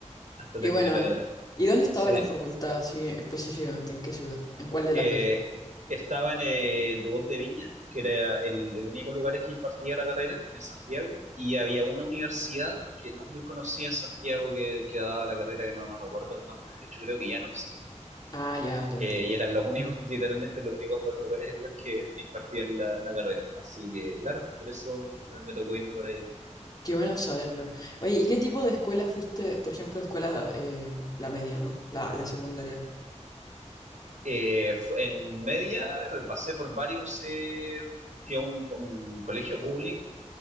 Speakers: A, on the right (about 75°); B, on the left (about 30°).
A: hasta
B: Qué
A: terminar
B: bueno,
A: la
B: ¿eh?
A: carrera.
B: ¿Y dónde estaba
A: Sí.
B: la facultad así específicamente? ¿En qué ciudad? ¿En cuál de
A: eh,
B: las dos ciudades?
A: estaba en, eh, en Duoc de Viña, que era el, el único lugar que impartía la carrera, y en Santiago, y había una universidad que no es muy conocida en Santiago que, que daba la carrera, que no, no recuerdo el nombre, de hecho creo que ya no existe.
B: Ah, ya, ya
A: Eh,
B: entiendo.
A: y eran los únicos, <laughs> literalmente los únicos dos lugares en los que impartían la, la carrera. Así que, claro, por eso me, me tocó irme para allá.
B: Qué bueno saberlo. Oye, ¿y qué tipo de escuela fuiste? Por ejemplo, escuela, eh, la media, ¿no? La, la secundaria.
A: Eh, fu- en media eh, pasé por varios, eh, fui a un, un colegio público